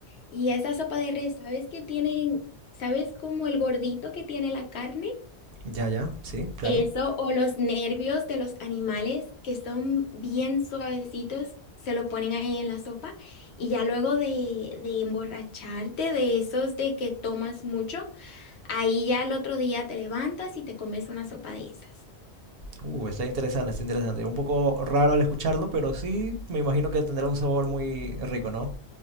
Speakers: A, on the left; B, on the right.
A: Y esa sopa de res, ¿sabes qué tienen? ¿Sabes como el gordito que tiene la carne?
B: Ya, ya, sí, claro.
A: Eso, o los nervios de los animales que son bien suavecitos, se lo ponen ahí en la sopa y ya luego de, de emborracharte de esos de que tomas mucho, ahí ya al otro día te levantas y te comes una sopa de esas.
B: Uh, está interesante, está interesante. Un poco raro al escucharlo, pero sí me imagino que tendrá un sabor muy rico, ¿no?